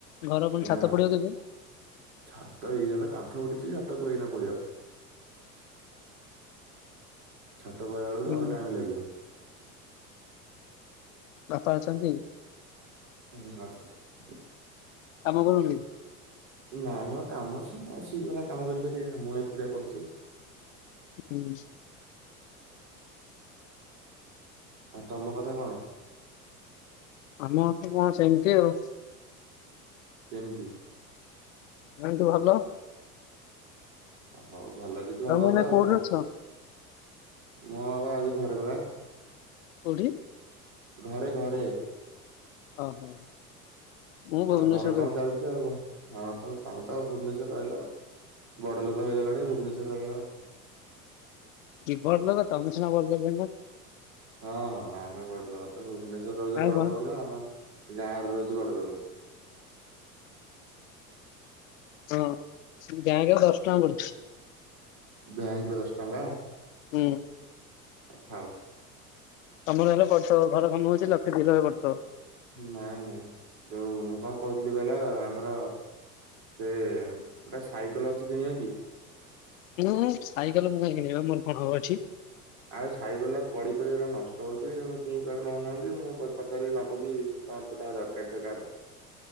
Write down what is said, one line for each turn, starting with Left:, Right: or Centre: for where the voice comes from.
Left: ଘର ପୁଣି
Right: ଏଇନା
Left: ଛାତ ପଡିବ କେବେ?
Right: ଛାତ ଏଇନା ତ କାନ୍ଥ ଉଠିଛି ଛାତ କୋଉ ଏଇନା ପଡିବ। ଛାତ ପଇଲା ବେଳକୁ
Left: ହୁଁ।
Right: ଆଉ ଟାଇମ୍ ଲାଗିବ।
Left: ବାପା ଅଛନ୍ତି?
Right: ହୁଁ ଅଛନ୍ତି।
Left: କାମ କରୁନି?
Right: ନାଇଁ ମ କାମ ସିଏ, ସିଏ ବି ଏଇନା କାମ କରିପାରିବେ ମୁଁ ଏକୁଟିଆ କରୁଛି ଆଉ।
Left: ହୁଁ।
Right: ଆଉ ତମ କଥା କଣ?
Left: ଆମ କଥା କଣ ସେମିତି ଆଉ।
Right: କେମିତି?
Left: ଏମିତି ଭଲ।
Right: ଓ ହଉ ଭଲ ଯଦି ଭଲ
Left: ତମେ
Right: କଥା
Left: ଏଇନା
Right: ଆଉ
Left: କୋଉଠି
Right: କଣ।
Left: ଅଛ?
Right: ମୁଁ ବା ଆଜି ଘରେ ପରା।
Left: କୋଉଠି?
Right: ଘରେ ଘରେ।
Left: ଓହୋ ମୁଁ ଭୁବନେଶ୍ୱରରେ
Right: ଆ ଘର କାମ
Left: ଅଛି
Right: ଚାଲିଛି ଆଉ ହଁ ତମ ତମେ ତ ଭୁବନେଶ୍ଵରରେ ରହିଲ ଆଉ ବଡ଼ଲୋକ ହେଇଗଲାଣି ଭୁବନେଶ୍ୱର ରହଗଲ
Left: କି ବଡଲୋକ ତମେ ସିନା ବଡ ଲୋକ ହେଇ।
Right: ହଁ ହଁ ଆମେ ବଡଲୋକ ତମେ ଭୁବନେଶ୍ଵରରେ ରହୁଛ
Left: ଆଉ
Right: ବଡଲୋକ
Left: କଣ
Right: ନୁହଁ ଆମେ ଗାଁରେ ରହୁଛୁ ବଡଲୋକ।
Left: ହଁ ବ୍ୟାଙ୍କ୍ ରେ ଦଶ ଟଙ୍କା ପଡିଛି।
Right: ବ୍ୟାଙ୍କରେ ଦସ ଟଙ୍କା।
Left: ହୁଁ
Right: ଆଉ ଥାଉ।
Left: ତମର ହେଲେ ପଡିଥିବ ଘର କାମ ହଉଛି ଲକ୍ଷେ ଦି ଲକ୍ଷ ପଡ଼ିଥିବ।
Right: ନାଇଁ, ନାଇଁ ଯୋଉ ମୁଁ କଣ କହୁଥିଲି କହିଲ ଆମର ସେ ଗୋଟେ ସାଇକଲ ଅଛି କିଣିବା କି?
Left: ଉ ହୁଁ ସାଇକଲ ମୁଁ କାଇଁ କିଣିବି ବା ମୋର କଣ ହବ ଏଠି।
Right: ଆଉ ସାଇକଲଟା ପଡି ପଡି ନଷ୍ଟ ହଉଛି କେହି କଆଡେ ନଉନାହାନ୍ତି ମୁଁ ପଚାରିଲି ନବ କି? <unintelligible> ଦରକାର ଥିବ କାହାର।